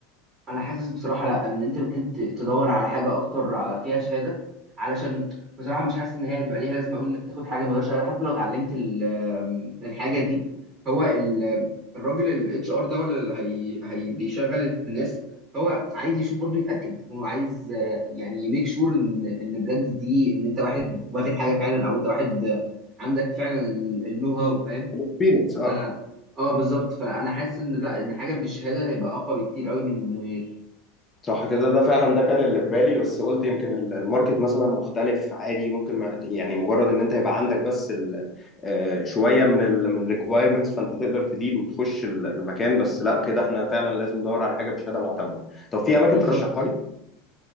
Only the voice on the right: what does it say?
انا حاسس بصراحه لا ان انت ممكن ت- تدور على حاجه اكتر ع- فيها شهاده علشان بصراحه مش حاسس ان هي هتبقى ليها لازمه قوي انك تاخد حاجه من غير شهاده حتى لو اتعلمت ال- آم، الحاجه دي هو ال- الراجل الاتش ار ده ولا اللي هي هي بيشغل الناس هو عايز يشوف برضه يتاكد هو عايز آه، يعني يميك شور ان ان بجد دي ان انت واحد واخد حاجه فعلا او انت واحد آه، عندك فعلا النو
هاو فاهم
ف اه بالظبط فانا حاسس ان لا ان حاجه بالشهاده هيبقى اقوى بكتير قوي من من غير
بالظبط